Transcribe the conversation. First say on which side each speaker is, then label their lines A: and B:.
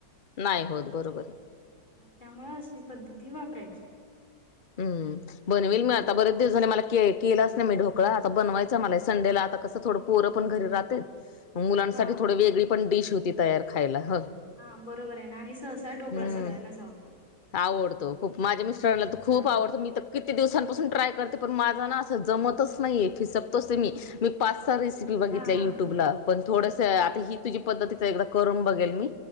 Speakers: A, on the left (about 70°); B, on the left (about 25°).
A: नाही होत बरोबर,
B: <inaudible>
A: आहे
B: त्यामुळं अशी पद्धती वापरायची.
A: हम्म बनवेल म
B: हा
A: आता बरेच दिवस झाले मला कय केलाच नाही मी ढोकळा आता बनवायचा मला संडेला आता कसं थोडं पोरं पण घरी राहत मुलांसाठी
B: हा.
A: थोडी वेगळी पण डिश होती तयार खायला ह
B: हा बरोबर आहे ना आणि सहसा ढोकळा
A: हम्म
B: सगळ्यांनाच आवडतो.
A: आवडतो खूप माझ्या मिस्टरांला तर खूप
B: हा
A: आवडतो मी तर किती दिवसपासून ट्राय कर पण माझ ना जमतच नाही फकतो मीच बित
B: हा
A: युट्युबला
B: हा.
A: पण थोडस आता ही तुझी पद्धती करून बघेल म